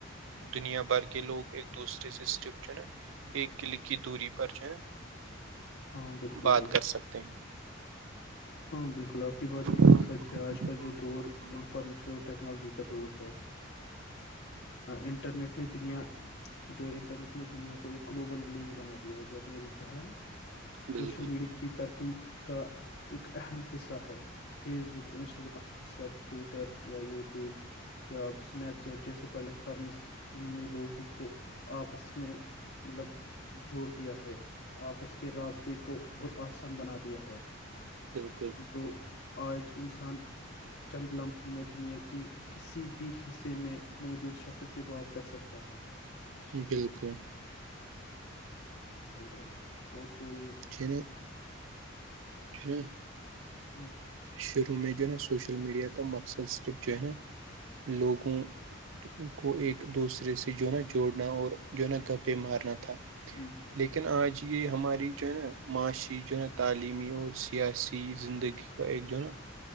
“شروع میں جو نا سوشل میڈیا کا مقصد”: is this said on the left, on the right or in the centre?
Right